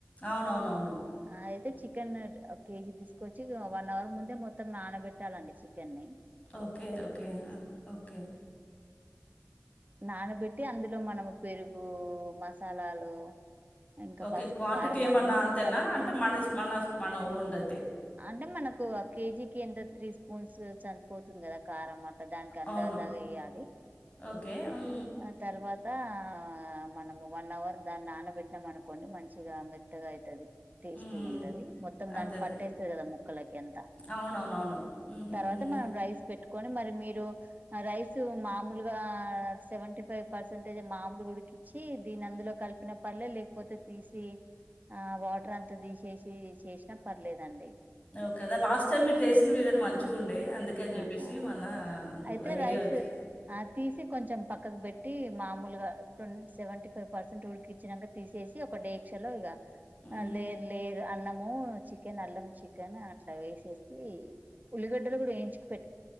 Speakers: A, on the left; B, on the right.
A: అవునవునవును
B: ఆ అయితే చికెన్ ఒక కేజీ తీసుకొచ్చి వన్ అవర్ ముందే మొత్తం నానబెట్టాలండి చికెన్ని
A: ఓకే ఓకే ఓకే
B: నానబెట్టి అందులో మనము పెరుగు మసాలాలు ఇంకా
A: ఓకే
B: పసుపు
A: క్వాంటిటీ
B: కారం
A: ఏమన్నా
B: అన్ని
A: అంతేనా
B: కలుపుకొని
A: అంటే మనెస్ మనస్ మన ఓన్ దైతే
B: అంటే మనకు ఒక కేజీకి ఎంత త్రీ స్పూన్స్ చనిపోతుంది కదా కారం అ ట దాన్క్ అందాజాగా
A: అవును.
B: ఎయాలి
A: ఓకే అం
B: ఆ తర్వాత ఆ మనం వన్ అవర్ దాన్ని నానబెట్టినాం అనుకోండి మంచిగా మెత్తగా అయితది టేస్టీగ్
A: హ్మ్. హ్మ్.
B: ఉంటంది మొత్తం దాన్ని
A: అదే అదే.
B: పట్టేస్తుంద్ కదా ముక్కలకి ఎంత
A: అవునవునవును ఉమ్
B: తర్వాత
A: ఉమ్
B: మనం రైస్ పెట్టుకొని మరి మీరు రైస్ మామూలుగా సెవెంటీ ఫైవ్ పర్సెంటేజ్ మామిలు ఉడికించ్చి దీని అందులో కలిపిన పర్లే లేకపోతే తీసి ఆ వాటర్ అంతా తీసేసి చేసి న పర్లేదండి
A: ఓకేదా లాస్ట్ టైమ్ మీరు చేసిన్ వీర్ అయితే మంచిగ్ ఉండే అందుకని చెప్పేసి
B: ఆహా
A: మళ్ళా
B: అయితే
A: ఐడియా
B: రైస్
A: వచ్చి
B: ఆ తీసి కొంచెం పక్ కద బేట్టి మామూలుగా టోన్ సెవెంటీ ఫైవ్ పర్సెంట్ ఊడికి ఇచ్చినాక తీసేసి ఒక డేక్ష లో ఇగ
A: ఉమ్
B: ఆ లేేర్ లేర్ అన్నం ఓ చికెన్ అల్లం చికెన్ అట్ల వేసేసి ఉల్లిగడ్డలు కూడా పెట్టు